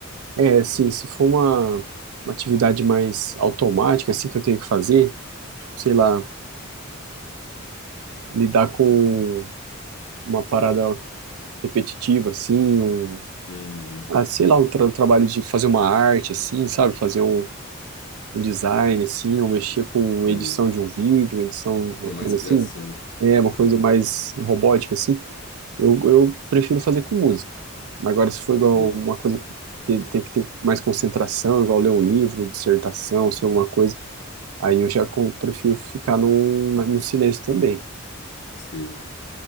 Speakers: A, on the right; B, on the left.
A: É, assim, se for uma, uma atividade mais automática, assim, que eu tenho que fazer, tipo, sei lá, lidar com uma parada repetitiva, assim, um,
B: Uhum,
A: ah, sei lá, um tra- um trabalho de fazer uma arte, assim, sabe? Fazer um, um design, assim, ou mexer com
B: sei.
A: edição de um vídeo, edição, uma
B: Que é
A: coisa
B: mais criação.
A: assim. É, uma coisa
B: Aham,
A: mais robótica, assim. Eu, eu prefiro fazer com música. Mas Agora, se for igual
B: sei,
A: uma coisa que tem, tem que ter mais concentração, igual ler um livro, dissertação, se alguma coisa, aí eu já com- prefiro ficar num, no silêncio também.
B: sei.